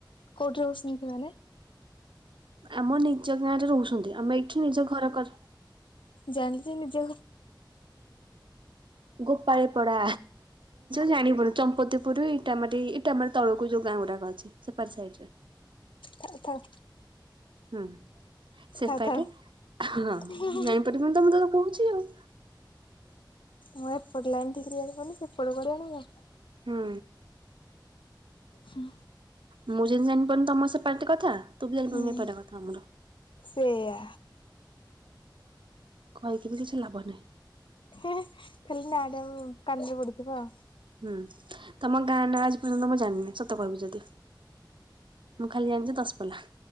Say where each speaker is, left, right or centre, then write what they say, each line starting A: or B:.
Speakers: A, on the left; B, on the right.
A: କୋଉଠି ରହୁସୁନ୍ତି ସେମାନେ?
B: ଆମ ନିଜ ଗାଁରେ ରହୁସନ୍ତି ଆମେ ଏଇଠି ନିଜ ଘର କର
A: ଜାଣିଚି ନିଜ
B: ଗୋପାଳୀ ପଡା। ଜାଣିବୁନି ଚମ୍ପତିପୁର ଇଟାମାଟି ଇଟାମାଟି ତଳକୁ ଯଉ ଗାଁ ଗୁରାକ ଅଛି ସେପାର ସାଇଟରେ।
A: ଥାଉ ଥାଉ,
B: ହୁଁ ସେପାଟେ
A: ଥାଉ ଥାଉ
B: ହଁ
A: ହୁଁ ହୁଁ
B: ଜାଣିପାରି
A: ହୁଁ
B: ବୁନିତ ମୁଁ ତ କହୁଛି ଆଉ।
A: ହଁ ଏପଟେ ଆଣ୍ଟି କିରି ଆଣିବନି ସେପଟେ କୁଆଡେ ଆଣିଵ।
B: ହୁଁ।
A: ହୁଁ।
B: ମୁଁ ଯେମିତି ଜାଣିପାରୁନି ତମର ସେ ପାଲଟେ କଥା ତୁ ବି ଜାଣିପାରିବୁନି
A: ହୁଁ
B: ଏପଟ କଥା ଆମର।
A: ସେଇଆ
B: କହିକି ବି କିଛି ଲାଭନାହିଁ।
A: ଖାଲି ନାଆଟା ମୁଁ କାନିରେ ପଡିଥିବ ଆଉ
B: ହୁଁ ତମ ଗାଁ ନା ଆଜି ପର୍ଯ୍ୟନ୍ତ ମୁଁ ଜାଣିନି ସତ କହିବି ଯଦି। ମୁଁ ଖାଲି ଜାଣିଚି ଦଶପଲା